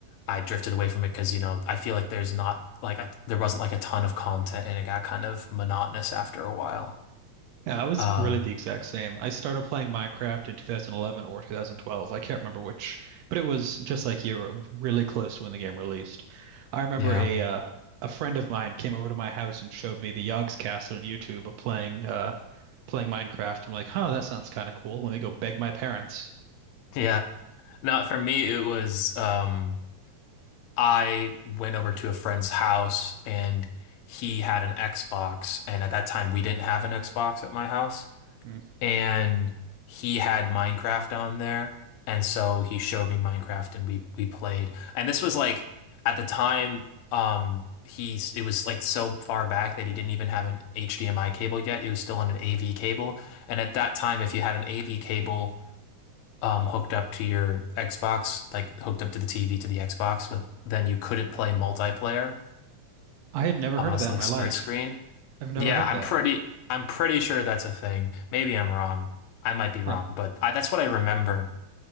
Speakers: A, on the left; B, on the right.
A: I drifted away from it because, you know, I feel like there's not like a, there wasn't like a ton of content and it got kind of monotonous after a while.
B: Yeah, I was
A: Um,
B: really the exact same. I started playing Minecraft in 2011 or 2012. I can't remember which, but it was just like you were really close to when the game released. I remember
A: yeah,
B: a uh, a friend of mine came over to my house and showed me the Yogg's Castle on YouTube playing uh playing Minecraft. I'm like, "Huh, that sounds kind of cool. Let me go beg my parents."
A: yeah. No, for me, it was, um, I went over to a friend's house and he had an Xbox. And at that time, we didn't have an Xbox at my house.
B: Hmm.
A: And he had Minecraft on there. And so he showed me Minecraft and we we played. And this was like at the time, um, he's it was like so far back that he didn't even have an HDMI cable yet. It was still on an AV cable. And at that time, if you had an AV cable, um hooked up to your Xbox, like hooked up to the TV to the Xbox, but then you couldn't play multiplayer,
B: I had never
A: uh,
B: heard of
A: so
B: that
A: like
B: in my
A: split
B: life.
A: screen.
B: I've never
A: Yeah,
B: heard
A: I'm
B: that.
A: pretty I'm pretty sure that's a thing. Maybe I'm wrong. I might be wrong,
B: Huh,
A: but I, that's what I remember.